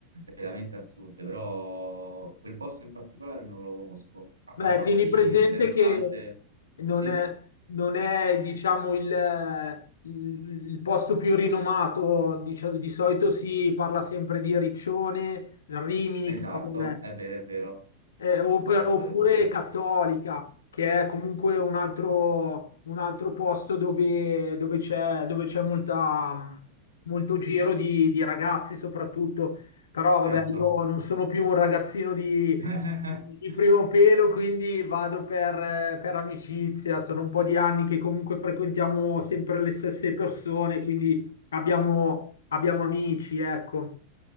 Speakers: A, on the right (about 80°); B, on the left (about 65°).
A: veramente assurde, però quel posto in particolare non lo conosco. Ha
B: Beh,
A: qualcosa
B: tieni
A: di,
B: presente
A: di interessante?
B: che non
A: Sì?
B: è, non è, diciamo, il, il- il posto più rinomato, dicio- di solito si parla sempre di Riccione, Rimini,
A: Esatto,
B: che vabbè,
A: è vero, è vero,
B: eh, opp-
A: è vero,
B: oppure
A: è vero.
B: Cattolica, che è comunque un altro, un altro posto dove, dove c'è dove c'è molta, molto giro di, di ragazzi soprattutto. Però vabbè,
A: Certo.
B: io non sono più un ragazzino di,
A: <laughs>
B: di primo pelo, quindi vado per, eh, per amicizia. Sono un po' di anni che comunque frequentiamo sempre le stesse persone, quindi abbiamo, abbiamo amici, ecco.